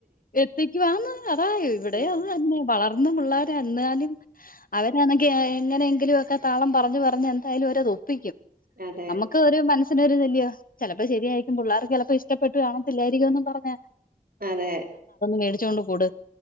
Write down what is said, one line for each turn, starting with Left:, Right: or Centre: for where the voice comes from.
Left: എത്തിക്കുവാന്ന് ഒന്ന്പറ ഇവിടെയും
Right: ഉം.
Left: അത് തന്നെ വളർന്ന് പിള്ളാ എന്നാലും അവരാണെങ്കി എങ്ങനെയെങ്കിലും ഒക്കെ താളം പറഞ്ഞു പറഞ്ഞ് എന്തായാലും അവരത് ഒപ്പിക്കും
Right: അതെ
Left: നമുക്ക് ഒരു മന <unintelligible> ഇല്ലിയോ ചിലപ്പോ ശരിയായിരിക്കും പിള്ളേർക്ക് ചിലപ്പോ ഇഷ്ടപ്പെട്ടു കാണത്തില്ലായിരിക്കുന്നും പറഞ്ഞ്
Right: അതെ
Left: മേടിച്ചൊണ്ട് കൊട്